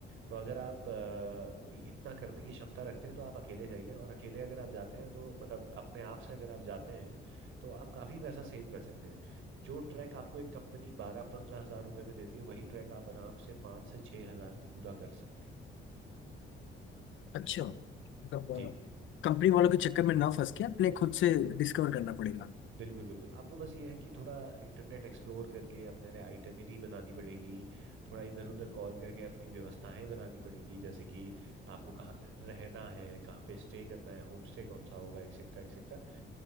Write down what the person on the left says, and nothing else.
अच्छा मतलब
कंपनी वालों के चक्कर में ना फंस के अपने खुद से डिस्कवर करना पड़ेगा